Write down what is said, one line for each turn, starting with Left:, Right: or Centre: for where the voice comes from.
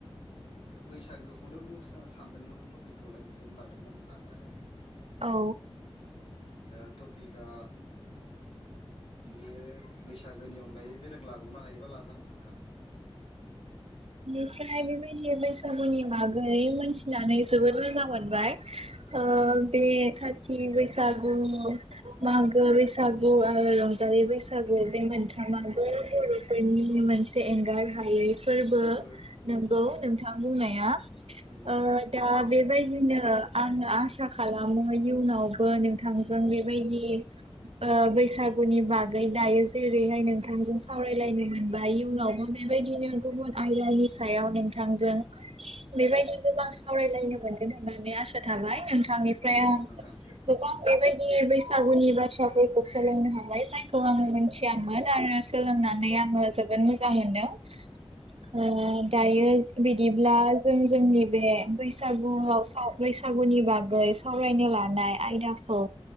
Left: बैसागोखौनो बुंसो सानदोंमोन टपिकखौलाय बेखौनो लादोंमोन लानायालाय‌।
Right: औ
Left: दा टपिकआ बियो बैसागोनि अनगायै बेलेग लाबावनो हायोबा लाजागोन नोंथां।
Right: बेनिफ्राय बेबायदिनो बैसागुनि बागै मोनथि नानै जोबोद मोजां मोनबाय ओ
Left: औ
Right: बे
Left: नोंथां
Right: खाथि बैसाग उम मागो बैसागु आरो रंजालि बैसागु बे मोनथामाबो
Left: औ
Right: बर'फोरनि मोनसे एंगार हायै फोरब बो
Left: फोरबो
Right: नंगौ
Left: औ
Right: नोंथां बुंनाया
Left: नंगौ
Right: ओ दा बे बायदिनो आङो आसा खालामो आङो इदि उनावबो नोंथांजों बेबायदि ओ बैसागुनि बागै दायो जेरैहाय नोंथांजों सावरायलायनो मोनबाय इयुनावबो बेबायदिनो गुबुन आयदानि सायाव नोंथांजों बेबायदि गोबां सावरायलायनो मोनगोन होननानै आसा थाबाय नोंथांनिफ फ्राय
Left: औ
Right: आं
Left: नोंथां
Right: गोबां बेबायदि बैसागुनि बाथ्राफोरखौ सोलोंनो हाबाय जायखौ आङो मोनथि गियान मोन आरो सोलोंनानै आङो जोबोद मोजां मोनो। ओ दायो बिदिब्ला जों जोंनि बे बैस सागुआव साव बैसाग गुनि बागै सावरायनो लानाय आयदाखौ